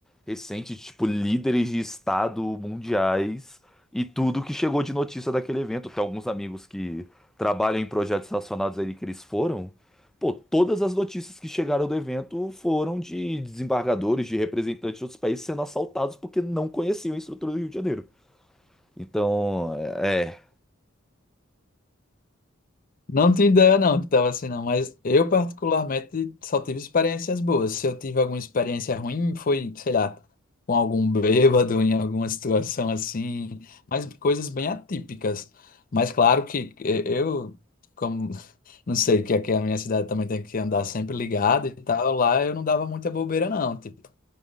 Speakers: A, in the centre; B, on the left.
A: recente, tipo, líderes de estado mundiais e tudo que chegou de notícia daquele evento. Tem alguns amigos que trabalham em projetos relacionados a ele que eles foram. Pô, todas as notícias que chegaram do evento foram de desembargadores, de representantes de outros países sendo assaltados porque não conheciam a estrutura do Rio de Janeiro. Então, é,
B: Não tenho ideia, não, que tava assim, não. Mas eu, particularmente, só tive experiências boas. Se eu tive alguma experiência ruim, foi, sei lá, com algum bêbado, em alguma situação assim. Mas coisas bem atípicas. Mas claro que eh, eu, como <laughs> não sei, que aqui a minha cidade também tem que andar sempre ligado e tal, lá eu não dava muita bobeira, não, tipo.